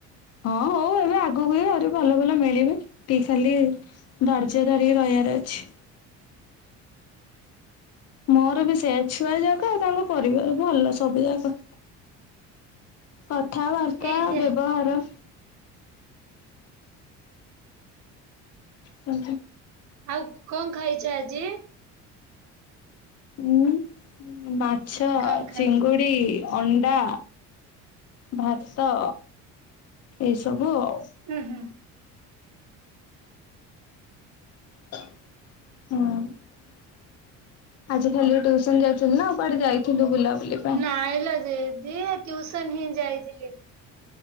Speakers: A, on the left; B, on the right.
A: ହଁ ହଉ ଏବେ ଆଗକୁ ଆହୁରି ଭଲ ଭଲ ମିଳିବେ ତି ଶାଲି ଧର୍ଯ୍ୟ ଧରି ରହିବାର ଅଛି। ମୋର ବି ସେ ଛୁଆ ଯାକ ଆଉ ତାଙ୍କ ପରିବାର ଭଲ ସବୁ ଯାକ। କଥାବାର୍ତ୍ତା
B: ଏଇ
A: ବ୍ୟବହାର। ହ
B: ଆଉ କଣ ଖାଇଛ ଆଜି?
A: ଉଁ ମାଛ
B: କଣ ଖାଇ
A: ଚିଙ୍ଗୁଡି। ଅଣ୍ଡା ଭାତ ଏଇସବୁ ଆଉ
B: ହୁଁ ହୁଁ।
A: ହଁ। ଆଜି ଖାଲି ଟ୍ୟୁସନ ଯାଇଥିଲୁ ନାଉ କୁଆଡେ ଯାଇଥିଲୁ ବୁଲାବୁଲି? ପାଇଁ?
B: ନାଇଲୋ ଦିଦି ଟ୍ୟୁସନ ହିଁ ଯାଇଥିଲି।